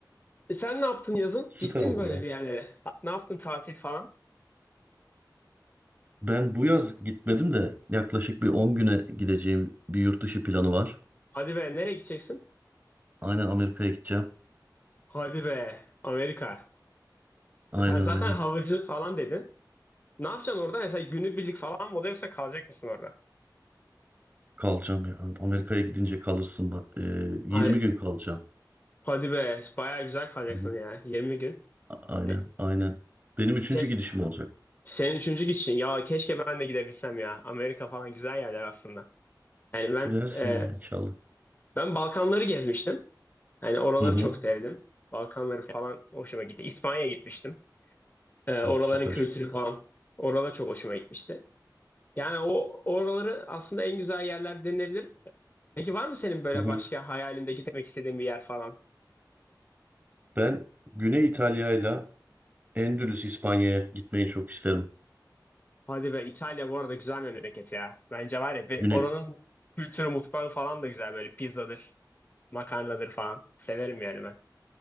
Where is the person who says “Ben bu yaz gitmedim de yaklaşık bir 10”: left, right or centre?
Right